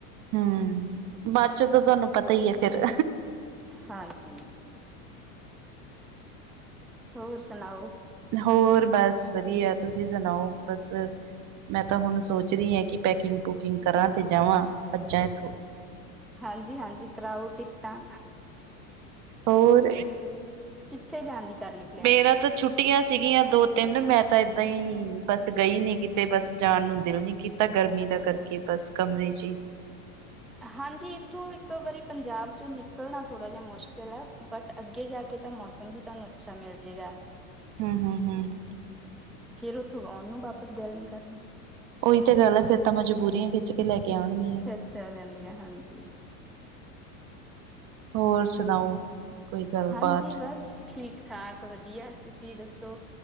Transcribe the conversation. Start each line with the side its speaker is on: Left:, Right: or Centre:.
Right: ਹੂੰ ਬਾਅਦ ਚੋਂ ਤਾਂ ਤੁਹਾਨੂੰ ਪਤਾ ਹੀ ਹੈ ਫਿਰ।
Centre: ਹਾਂਜੀ। ਹੋਰ ਸੁਣਾਓ।
Right: ਹੋਰ ਬਸ ਵਧੀਆ ਤੁਸੀਂ ਸੁਣਾਓ ਬਸ। ਮੈਂ ਤਾਂ ਹੁਣ ਸੋਚ ਰਹੀ ਹਾਂ ਕਿ ਪੈਕਿੰਗ ਪੂਕਿੰਗ ਕਰਾਂ ਤੇ ਜਾਵਾਂ ਭੱਜਾਂ ਇੱਥੋਂ।
Centre: ਹਾਂਜੀ ਹਾਂਜੀ ਕਰਾਓ ਟਿਕਟਾਂ।
Right: ਹੋਰ
Centre: ਕਿੱਥੇ ਜਾਣ ਦੀ ਕਰ ਲਈ ਪਲੈਨਿੰਗ
Right: ਮੇਰਾ
Centre: ਫਿਰ
Right: ਤਾਂ ਛੁੱਟੀਆਂ ਸੀਗੀਆਂ ਦੋ-ਤਿੰਨ ਮੈਂ ਤਾਂ ਏਦਾਂ ਹੀ ਬੱਸ ਗਈ ਨੀ ਕੀਤੇ ਬੱਸ ਜਾਣ ਨੂੰ ਦਿਲ ਨੀ ਕੀ ਤਾਂ ਗਰਮੀ ਦਾ ਕਰਕੇ ਬਸ ਕਮਰੇ 'ਚ ਹੀ
Centre: ਹਾਂਜੀ ਇੱਥੋਂ ਇੱਕ ਵਾਰੀ ਪੰਜਾਬ ਚੋਂ ਨਿਕਲਣਾ ਥੋੜਾ ਜਿਹਾ ਮੁਸ਼ਕਿਲ ਹੈ ਬਟ ਅੱਗੇ ਜਾ ਕੇ ਤਾਂ ਮੌਸਮ ਹੀ ਤੁਹਾਨੂੰ ਅੱਛਾ ਮਿਲ ਜਾੇਗਾ।
Right: ਹਮ ਹਮ ਹਮ
Centre: ਫੇਿਰ ਉੱਥੋਂ ਆਉਣ ਨੂੰ ਵਾਪਸ ਦਿਲ ਨ ਕਰਨਾ
Right: ਉਹੀ ਤਾਂ ਗੱਲ ਆ ਫੇਿਰ ਤਾਂ ਮਜਬੂਰੀਆਂ ਖਿੱਚ ਕੇ ਲੈ ਕੇ ਆਉਣਗੀਆਂ
Centre: ਖਿੱਚਿਆ, ਜਾਂਦੀਆਂ ਹਾਂਜੀ।
Right: ਹੋਰ, ਸੁਣਾਓ? ਕੋਈ ਗੱਲਬਾਤ
Centre: ਹਾਂਜੀ ਬਸ ਠੀਕ ਠਾਕ ਵਧੀਆ, ਤੁਸੀਂ ਦੱਸੋ?